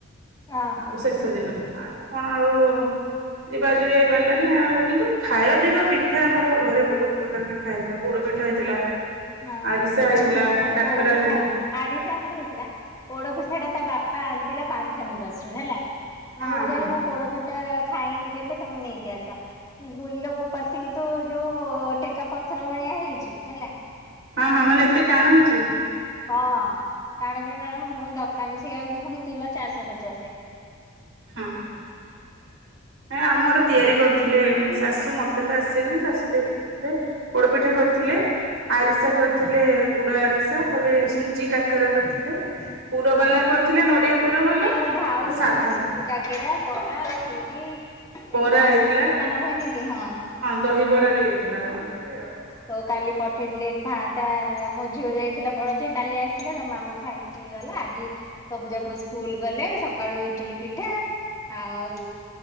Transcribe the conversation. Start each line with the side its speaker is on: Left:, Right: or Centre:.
Left: ଓହୋ
Right: ଆଉ
Left: ହଁ
Right: ଶେଷ ଦିନ ଆଉ କଣ ଆଉ ଯିବା ଯିବି ହେଇ ପାରିଲାନି ଆଉ କିନ୍ତୁ ଖାଇବା ପିଇବା ପିଠା ଆମର ଘରେ ବହୁତ ପ୍ରକାର ପିଠା ହେଇଥିଲା ପୋଡ ପିଠା ହେଇଥିଲା
Left: ହଁ
Right: ଆରିସା ହେଇଥିଲା
Left: ନା
Right: କାକରା
Left: ପୋଡପିଠା
Right: ହେଇଥିଲା
Left: ଆରିସା ଆମ ହେଥିଲା ପୋଡପିଠାଟା ତା ବାପା ବାପା ଆଣିଥିଲା ପାନ୍ଥ ନିବାସରୁ ହେଲା
Right: ହଁ
Left: ମୁଁ
Right: ହଁ
Left: ଗରି ମୋ ପୋଡପି ଟ ଖାଇନି କେବେ ତମେ ନେଇକି ଆସ ବୁଲ ବୋପା ସେତୋ ଯୋଉ ଟେକା ପଥର ଭଳିଆ ହେଇଛି ହେଲା।
Right: ହଁ ହଁ ମାନେ ଏତେ ଟାଣ ହେଇଛି?
Left: ହଁ ଟାଣଜଣ୍ଡ ର ମୁଁ କଲି ଦୋକାନୀ ସେ ଆକୁ ପୁଣି କିଲୋ ଚାରିଶ ପଚାଶେ।
Right: ହୁଁ ହଁ। ହେ ଆମର ତିଆରି କରିଥିଲେ ଶାଶୁ ମ ତ ଆସନି ଶାଶୁ ତିଆରୀ କରିଥିଲେ। ପୋଡ ପିଠା କରିଥିଲେ। ଆରିସା
Left: ହଁ।
Right: କରିଥିଲେ ଗୁଡ ା ତାପରେ ସୁଜି କାକରା କରିଥିଲେ। ପୁର
Left: ହଁ
Right: ବାଲା କରିଥିଲେ ନଡିଆ ପୁର ବାଲା
Left: ନାଇଁ ମୋ ଭାଉଯ
Right: ଆପଣ ସାଧା
Left: କଲି ଶୁିଜି କାକେରା ବରା ଖିରି ଏ
Right: ବରା
Left: ଯୋଉ ବସୁମତୀ
Right: ହେଇଥିଲା।
Left: ସ୍ନାନ ହୁଏନି କି? କି ହଁ
Right: ଦହିବରା ବି ହେଇଥିଲା ଏମତି ଆଉ
Left: ହଁ ତ କାଲି ପଠେଇଥିଲେ ମାଁ ତା ମୋ ଝିଅ ଯାଇଥିଲା ବଡ ଝିଅ କାଲି ଆସିଲ ତ ମାମୁଁ ଛାଡିକି ହେ ଗଲା ଆଜି ସବୁ ଯାକ ସ୍କୁଲ ଗଲେ ସକାଳୁ ଇଟିଲି ପିଠା ଆଉ